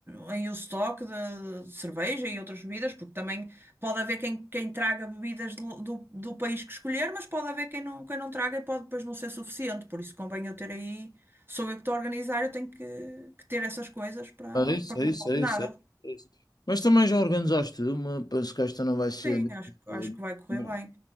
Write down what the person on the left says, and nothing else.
É isso,
é
isso,
é
isso, é isso. Mas também já organizaste uma, penso que esta não vai ser...
Bom,